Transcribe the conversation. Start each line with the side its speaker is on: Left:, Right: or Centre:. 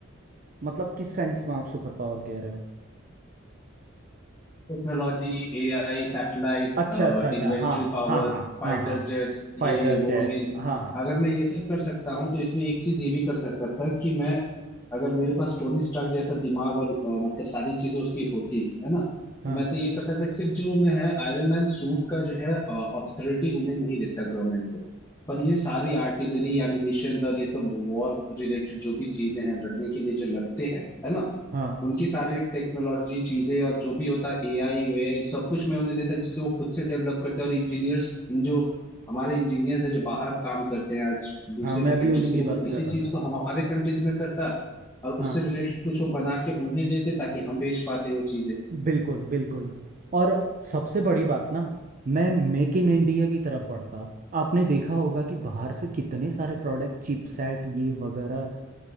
Right: मतलब किस सेंस में आप सुपर पावर कह रहे हो
Left: Technology AI satellite
Right: अच्छा अच्छा अच्छा
Left: inventory
Right: हाँ
Left: power
Right: हाँ हाँ
Left: fighter
Right: हाँ हाँ
Left: jets
Right: फाइटर
Left: ये
Right: जेट्स
Left: वो इन
Right: हाँ हाँ
Left: अगर मैं ये सब कर सकता हूँ तो इसमें एक चीज ये भी कर सकता था कि मैं अगर मेरे पास टोनी स्टार्क जैसा दिमाग और अ, मतलब सारी चीजें उसकी होती है ना
Right: हाँ
Left: तो मैं तो ये कर सकता कि सिर्फ जो मैं है आयरन मैन सूट का जो है अथॉरिटी उन्हें नहीं देता गवर्नमेंट को पर ये सारी आर्टिलरी एमिनिशंस और ये सब वॉर रिलेटेड जो भी चीजें हैं लड़ने के लिए जो लगते हैं है ना
Right: हाँ
Left: उनकी सारी टेक्नोलॉजी चीजें और जो भी होता एआई वेआई सब कुछ मैं उन्हें देता जिससे वो खुद से डेवलप करते हैं और इंजीनियर्स इन जो हमारे इंजीनियर्स है जो बाहर काम करते हैं आज दूसरी
Right: हाँ मैं
Left: कंट्रीज
Right: भी उन्हीं
Left: के
Right: की
Left: लिए
Right: बात
Left: वो इसी
Right: कर रहा
Left: चीज
Right: था
Left: को हमारे कंट्रीज में करता और
Right: हाँ
Left: उससे रिलेटेड कुछ वो बना के उन्हें देते ताकि हम बेच पाते वो चीजें
Right: बिल्कुल बिल्कुल और सबसे बड़ी बात ना मैं मेक इन इंडिया की तरफ बढ़ता आपने देखा होगा कि बाहर से कितने सारे प्रोडक्ट चिपसेट ये वगैरह